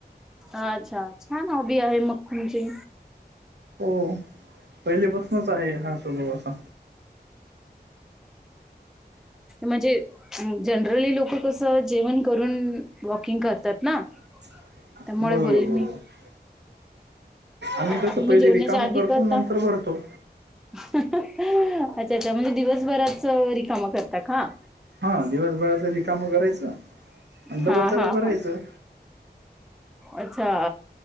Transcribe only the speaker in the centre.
अच्छा छान हॉबी आहे म ग तुमची.
म्हंजे. जनरली लोक कसं जेवण करून वॉकिंग करतात ना.
त्यामुळे
बोलली
मी.
तुम्ही
जेवणाच्या
आधी
करता
अच्छा अच्छा म्हणजे दिवसभराच रिकामा करतात का?
हां
हां
हां अच्छा.